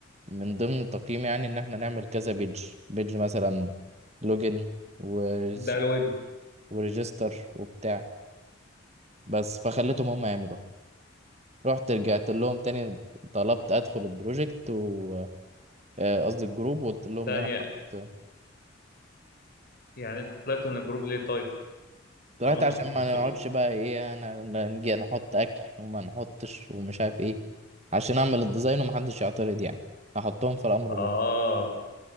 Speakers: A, on the right; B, on the left.
A: من ضمن التقييم يعني ان احنا نعمل كذا بيج بيج مثلا لوجن وريج...
B: ده الويب
A: وريجستر وبتاع بس فخليتهم هم يعملوا رحت رجعت لهم تاني طلبت ادخل البروجكت و آه، قصدي الجروب وقلت لهم
B: ثانية
A: ايه انا خلصت
B: يعني انت طلعت من الجروب ليه طيب
A: طلعت
B: طالما انتم
A: عشان
B: خلصتوش
A: ما نقعدش بقى ايه انا أنا نجي نحط اكل وما نحطش ومش عارف ايه عشان اعمل الديزاين ومحدش يعترض يعني احطهم في الامر
B: اه
A: الواقع